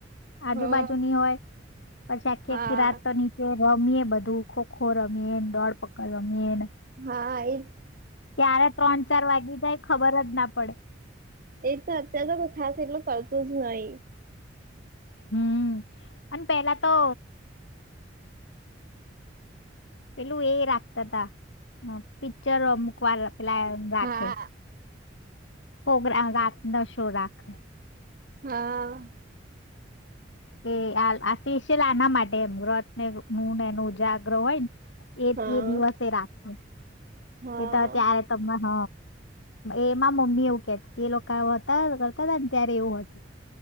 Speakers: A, on the left (about 85°); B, on the right (about 50°).
A: આજુબાજુની
B: હા
A: હોય પછી આખી
B: હા
A: આખી રાત તો નીચે રમીએ બધું ખો ખો રમ મેન દોડ પકડવા મીન
B: હા એ
A: ત્યારે ત્રણ ચાર વાગી જાય ખબર જ ના પડે
B: એ તો અત્ય્યારે તો ખાસ એટલું કરતું જ નહીિ
A: હમ અને પેલા તો પેલું એ રાખતા હતા પિક્ચરો અમુક વાર પેલા રાખે
B: હા
A: પ્રગ્રામ રાત ન શો રાખે
B: હા
A: કે આ આ સેશ્યયલ આના માટેમ વ્રત ને નું ને એનો ઉ જાગ્રહ હોય ને એ
B: હા
A: એ દિવસે રાખ
B: હા
A: કે ત્યારે તને હ એમાં મમ્મી એવું કેતી તે લોકો હતા કરતા હતા ત્યારે એવું હતું